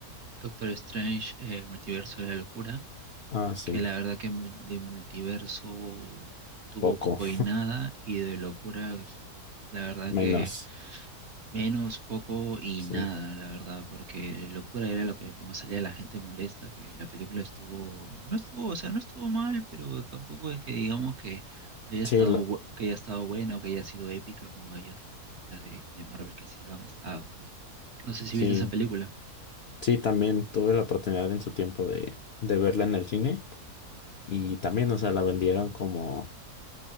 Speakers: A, on the right; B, on the left.
A: Doctor Strange, eh, Multiverso de la Locura,
B: Ah, sí,
A: que la verdad que mul- de multiverso tuvo
B: poco,
A: poco
B: <laughs>
A: y nada, y de locura, la verdad
B: menos,
A: que Menos, poco y
B: sí.
A: nada, la verdad, porque locura era lo que como salía la gente molesta, que la película estuvo, no estuvo, o sea, no estuvo mal, pero tampoco es que digamos que haya estado,
B: Sí, la-
A: bu- que haya estado buena o que haya sido épica como hay otras películas de, de Marvel que así lo han estado. No sé si
B: sí,
A: viste esa película.
B: sí, también tuve la oportunidad en su tiempo de, de verla en el cine y también, o sea, la vendieron como